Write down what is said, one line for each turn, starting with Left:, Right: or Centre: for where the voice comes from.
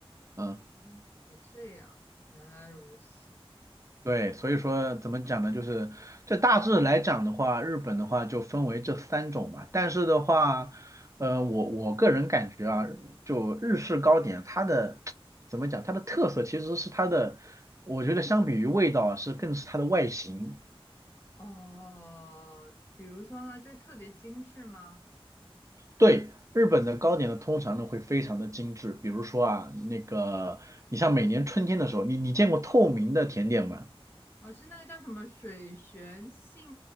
Right: 嗯。
Left: 哦，这样，原来如此。
Right: 对，所以说怎么讲呢？就是这大致来讲的话，日本的话就分为这三种嘛。但是的话，呃，我我个人感觉啊，就日式糕点，它的 <tsk> 怎么讲，它的特色其实是它的，我觉得相比于味道啊是更是它的外形。
Left: 哦，比如说呢，就是特别精致吗？
Right: 对，日本的糕点呢，通常呢会非常的精致，比如说啊，那个你像每年春天的时候，你你见过透明的甜点吗？
Left: 哦，是那个叫什么水旋馅